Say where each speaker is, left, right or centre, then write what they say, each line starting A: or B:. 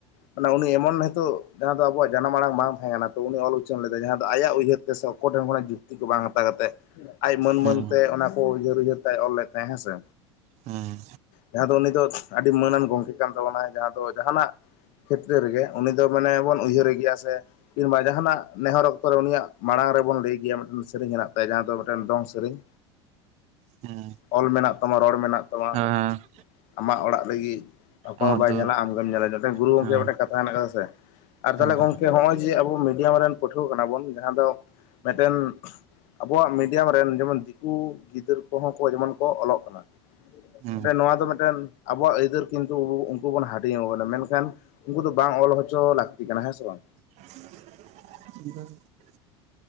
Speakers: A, on the left (about 60°); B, on the right (about 50°).
A: ᱚᱱᱮ ᱩᱱᱤ ᱮᱢᱚᱱ ᱦᱤᱛᱳᱜ ᱡᱟᱦᱟᱸ ᱫᱚ ᱟᱵᱚᱣᱟᱜ ᱡᱟᱱᱟᱢ ᱟᱲᱟᱝ ᱵᱟᱝ ᱛᱟᱦᱮᱸ ᱠᱟᱱᱟ ᱛᱚ ᱩᱱᱤ ᱚᱞ ᱩᱪᱷᱟᱹᱱ ᱞᱮᱫᱟᱭ ᱡᱟᱦᱟᱸ ᱫᱚ ᱟᱭᱟᱜ ᱩᱭᱦᱟᱹᱨ᱾ ᱥᱮ ᱥᱚᱠᱠᱚ ᱴᱷᱮᱱ ᱠᱷᱚᱱᱟᱜ ᱡᱩᱠᱛᱤ ᱠᱚ ᱵᱟᱝ ᱦᱟᱛᱟ ᱠᱟᱛᱮᱜ᱾ ᱟᱡ ᱢᱟᱹᱱ
B: ᱦᱮᱸ
A: ᱢᱟᱹᱱ ᱛᱮ ᱚᱱᱟ ᱠᱚ ᱩᱭᱦᱟᱹᱨ ᱩᱭᱦᱟᱹᱨ ᱛᱮᱭ ᱚᱞ ᱞᱮᱫ ᱛᱟᱦᱮ ᱦᱮᱸᱥᱮ᱾
B: ᱦᱩᱸ᱾
A: ᱡᱟᱦᱟᱸ ᱫᱚ ᱩᱱᱤ ᱫᱚ ᱟᱰᱤ ᱢᱟᱹᱱ ᱟᱱ ᱜᱚᱢᱠᱮ ᱠᱟᱱ ᱛᱟᱵᱚᱱᱟᱭ ᱡᱟᱦᱟᱸ ᱫᱚ ᱡᱟᱦᱟᱸᱱᱟᱜ᱾ ᱠᱷᱮᱛᱨᱮ ᱨᱮᱜᱮ ᱩᱱᱤ ᱫᱚ ᱢᱟᱱᱮ ᱵᱚᱱ ᱩᱭᱦᱟᱹᱨᱮ ᱜᱮᱭᱟ ᱥᱮ ᱠᱤᱝᱵᱟ ᱡᱟᱦᱟᱸᱱᱟᱜ ᱱᱮᱦᱚᱨ ᱚᱠᱛᱚ ᱨᱮ ᱩᱱᱤᱭᱟᱜ᱾ ᱢᱟᱲᱟᱝ ᱨᱮᱵᱚᱱ ᱞᱟᱹᱭ ᱜᱮᱭᱟ ᱢᱮᱜᱴᱮᱱ ᱥᱮᱨᱮᱧ ᱦᱮᱱᱟᱜ ᱛᱟᱭᱟ ᱡᱟᱦᱟᱸ ᱫᱚ ᱢᱮᱴᱮᱱ ᱫᱚᱝ ᱥᱮᱨᱮᱧ᱾
B: ᱦᱩᱸ᱾
A: ᱚᱞ ᱢᱮᱱᱟᱜ ᱛᱟᱢᱟ ᱨᱚᱲ ᱢᱮᱱᱟᱜ᱾ ᱛᱟᱢᱟ
B: ᱦᱳᱭ ᱦᱚ᱾
A: ᱟᱢᱟᱜ ᱚᱲᱟᱜ ᱞᱟᱹᱜᱤᱜ ᱚᱠᱚᱭ
B: ᱟᱢᱟᱜ
A: ᱦᱚᱸ ᱵᱟᱭ
B: ᱫᱩᱣᱟᱹᱨ
A: ᱧᱮᱞᱟ ᱟᱢᱜᱮᱢ ᱧᱮᱞᱟ᱾ <unintelligible> ᱜᱩᱨᱩ ᱜᱚᱝᱠᱮᱭᱟᱜ
B: ᱦᱮᱸ
A: ᱢᱮᱜᱴᱮᱱ ᱠᱟᱛᱷᱟ ᱦᱮᱱᱟᱜ ᱠᱟᱫᱟ ᱥᱮ᱾ ᱟᱨ ᱛᱟᱦᱞᱮ
B: ᱦᱮᱸ
A: ᱜᱚᱝᱠᱮ ᱱᱚᱜ-ᱚᱭ ᱡᱮ ᱟᱵᱚ ᱢᱤᱰᱤᱭᱟᱢ ᱨᱮᱱ ᱯᱟᱹᱴᱷᱩᱣᱟᱹ ᱠᱟᱱᱟ ᱵᱚᱱ ᱡᱟᱦᱟᱸ ᱫᱚ ᱢᱮᱴᱮᱱ᱾ ᱟᱵᱚᱣᱟᱜ ᱢᱤᱰᱤᱭᱟᱢ ᱨᱮᱱ ᱡᱮᱢᱚᱱ ᱫᱤᱠᱩ ᱜᱤᱫᱟᱹᱨ ᱠᱚᱦᱚᱸ ᱠᱚ ᱡᱮᱢᱚᱱ ᱠᱚ ᱚᱞᱚᱜ ᱠᱟᱱᱟ᱾
B: ᱦᱮᱸ
A: ᱢᱮᱴᱮᱱ ᱱᱚᱣᱟ ᱫᱚ ᱢᱮᱴᱮᱱ ᱟᱵᱚᱣᱟᱜ ᱟᱹᱭᱫᱟᱹᱨ ᱠᱤᱱᱛᱩ ᱩᱱᱠᱩ ᱵᱚᱱ ᱦᱟᱴᱤᱧ ᱟᱠᱚ ᱠᱟᱱᱟ ᱢᱮᱱᱠᱷᱟᱱ᱾ ᱩᱱᱠᱩ ᱫᱚ ᱵᱟᱝ ᱚᱞ ᱦᱚᱪᱚ ᱞᱟᱠᱛᱤ ᱠᱟᱱᱟ ᱦᱮᱸ ᱥᱮ ᱵᱟᱝ᱾
B: <unintelligible>